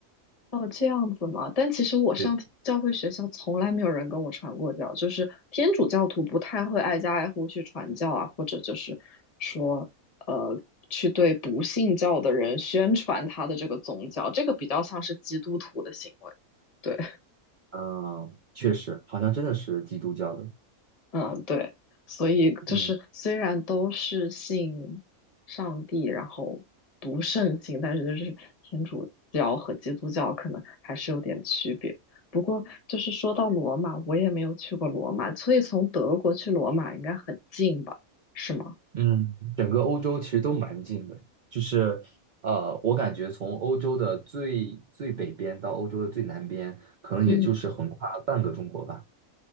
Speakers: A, on the left (about 30°); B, on the right (about 60°).
A: 哦，这样子嘛。但其实我上教会学校从来没有人跟我传过教，
B: 对。
A: 就是天主教徒不太会挨家挨户去传教啊，或者就是说，呃，去对不信教的人宣传他的这个宗教，这个比较像是基督徒的行为。对。
B: 嗯，确实，好像真的是基督教的。
A: 嗯，对，所以就是虽然都是信上帝，
B: 嗯
A: 然后读圣经，但是就是天主教和基督教可能还是有点区别。不过就是说到罗马，我也没有去过罗马，所以从德国去罗马应该很近吧？是吗？
B: 嗯，整个欧洲其实都蛮近的，就是呃，我感觉从欧洲的最最北边到欧洲的最南边，可能也就是横跨半个中国吧。
A: 嗯，